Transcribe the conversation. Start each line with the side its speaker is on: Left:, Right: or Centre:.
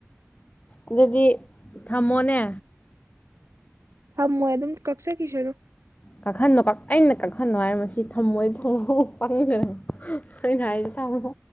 Left: ꯑꯗꯨꯗꯤ ꯊꯝꯃꯣꯅꯦ
Right: ꯍꯥ ꯃꯣ ꯑꯗꯨꯝ ꯀꯛꯁꯦ ꯀꯤꯁꯗꯣ
Left: ꯀꯥꯈꯟꯣ ꯑꯩꯅ ꯀꯥꯈꯟꯅꯣ ꯍꯥꯏꯔ ꯃꯁꯤ ꯊꯝꯃꯣꯏ ꯊꯣꯡ ꯄꯪꯗ ꯊꯅ ꯍꯥꯏꯔꯤꯁꯦ ꯊꯕꯔꯥ